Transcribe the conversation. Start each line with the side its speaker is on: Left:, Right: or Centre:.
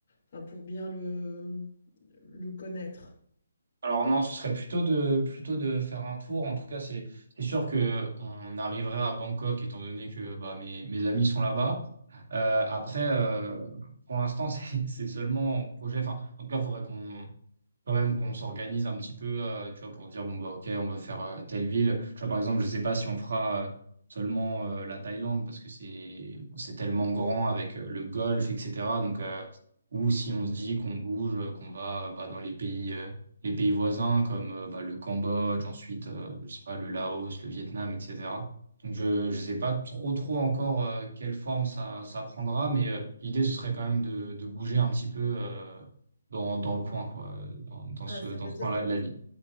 Left: enfin, pour bien le le connaître?
Right: Alors non, ce serait plutôt de plutôt de faire un tour. En tout cas, c'est c'est sûr que on arriverait à Bangkok étant donné que bah, mes mes amis sont là-bas. Euh, après, euh, pour l'instant, <laughs> c'est c'est seulement en projet. Enfin, en tout cas, il faudrait qu'on quand même qu'on s'organise un petit peu, euh, tu vois, pour dire, bon, bah, ok, on va faire euh, telle ville. Tu vois, par exemple, je sais pas si on fera euh, seulement euh, la Thaïlande parce que c'est c'est tellement grand avec euh, le golfe, etc. Donc, euh, ou si on se dit qu'on bouge, euh, qu'on va euh, bah, dans les pays, euh, les pays voisins comme euh, bah, le Cambodge, ensuite, euh, je sais pas, le Laos, le Vietnam, etc. Donc, je, je sais pas trop, trop encore euh, quelle forme ça, ça prendra, mais euh, l'idée, ce serait quand même de, de bouger un petit peu. euh, dans, dans le coin, quoi, dans, dans
Left: Ouais,
Right: ce,
Left: ça
Right: dans
Left: veut
Right: ce
Left: dire
Right: coin-là
Left: que
Right: de la vie.